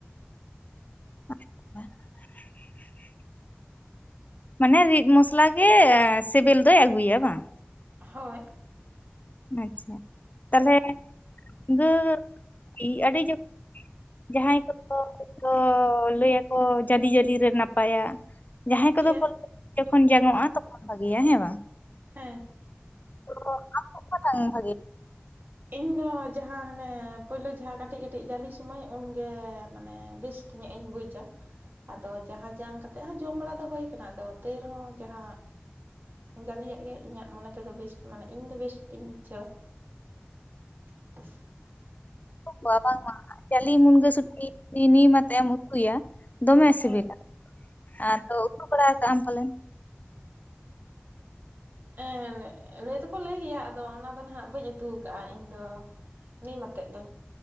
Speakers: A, on the left; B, on the right.
A: <inaudible> ᱢᱟᱱᱮ ᱨᱤᱫ ᱢᱚᱥᱞᱟ ᱜᱮ ᱥᱤᱵᱤᱞ ᱫᱚᱭ ᱟᱹᱜᱩᱭᱟ ᱵᱟᱝ?
B: ᱦᱳᱭ
A: ᱟᱪᱪᱷᱟ ᱛᱟᱦᱚᱞᱮ <unintelligible> ᱟᱹᱰᱤ <inaudible> ᱡᱟᱦᱟᱸᱭ ᱠᱚᱫᱚ ᱞᱟᱹᱭᱟ ᱠᱚ ᱡᱟᱹᱞᱤ ᱡᱟᱹᱞᱤ ᱨᱮ ᱱᱟᱯᱟᱭᱟ᱾ ᱡᱟᱦᱟᱸᱭ ᱠᱚᱫᱚ
B: ᱪᱮᱫ
A: ᱠᱚ <unintelligible> ᱡᱚᱠᱷᱚᱱ ᱡᱟᱝᱚᱜ-ᱟ, ᱛᱚᱠᱷᱚᱱ ᱵᱷᱟᱹᱜᱮᱭᱟ ᱦᱮᱸ ᱵᱟᱝ?
B: ᱦᱮᱸ
A: <inaudible> ᱵᱟᱝ ᱵᱷᱟᱜᱮ
B: ᱤᱧ ᱫᱚ ᱡᱟᱦᱟᱸ ᱦᱟᱱᱮ ᱯᱳᱭᱞᱳ ᱡᱟᱦᱟᱸ ᱠᱟᱹᱴᱤᱡ ᱠᱟᱹᱴᱤᱡ ᱡᱟᱹᱞᱤ ᱥᱳᱢᱚᱭ ᱩᱱᱜᱮ ᱢᱟᱱᱮ ᱵᱮᱥ ᱧᱟᱹᱜ ᱤᱧ ᱵᱩᱡᱟ᱾ ᱟᱫᱚ ᱡᱟᱦᱟᱸ ᱡᱟᱝ ᱠᱟᱛᱮᱜ ᱦᱚᱸ ᱡᱚᱢ ᱵᱟᱲᱟ ᱫᱚ ᱦᱩᱭ ᱠᱟᱱᱟ, ᱟᱫᱚ ᱛᱟᱹᱭ ᱨᱮᱦᱚᱸ ᱡᱟᱦᱟᱸ ᱡᱟᱞᱤᱭᱟᱜ ᱜᱮ ᱤᱧᱟᱹᱜ ᱢᱚᱱᱮ ᱛᱮᱫᱚ ᱵᱮᱥᱴ ᱢᱟᱱᱮ ᱤᱧ ᱫᱚ ᱵᱮᱥᱴ ᱤᱧ ᱵᱩᱡᱷᱟᱹᱣᱟ᱾ <unintelligible>
A: ᱵᱟ ᱵᱟᱝᱟ, ᱡᱟᱞᱤ ᱢᱩᱱᱜᱟᱹ ᱥᱩᱴᱤ ᱱᱤᱢ ᱟᱛᱮ ᱮᱢ ᱩᱛᱩᱭᱟ ᱫᱚᱢᱮ ᱥᱮᱵᱮᱞᱟ᱾
B: ᱦᱮᱸ
A: ᱟᱨ ᱛᱚ ᱩᱛᱩ ᱵᱟᱲᱟ ᱠᱟᱜ ᱟᱢ ᱯᱟᱞᱮᱱ?
B: ᱦᱮᱸ ᱞᱟᱹᱭ ᱫᱚᱠᱚ ᱞᱟᱹᱭ ᱜᱮᱭᱟ, ᱟᱫᱚ ᱚᱱᱟ ᱫᱚ ᱱᱟᱦᱟᱜ ᱵᱟᱹᱧ ᱩᱛᱩ ᱟᱠᱟᱜ-ᱟ ᱤᱧᱫᱚ᱾ ᱱᱤᱢ ᱟᱛᱮᱫ ᱫᱚ᱾